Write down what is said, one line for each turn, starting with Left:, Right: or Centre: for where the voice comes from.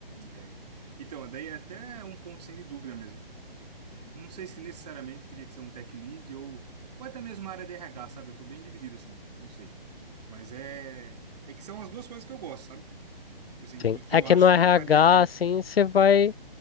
Right: É. Então, daí é até um ponto sem dúvida mesmo. Não sei se necessariamente teria que ser um tech lead ou, ou até mesmo uma área de RH, sabe? Eu tô bem dividido assim, não sei. Mas é, é que são as duas coisas que eu gosto, sabe? Tipo assim,
Left: Sim.
Right: e que
Left: É
Right: eu
Left: que
Right: acho
Left: no RH,
Right: que eu faria bem.
Left: assim, você vai.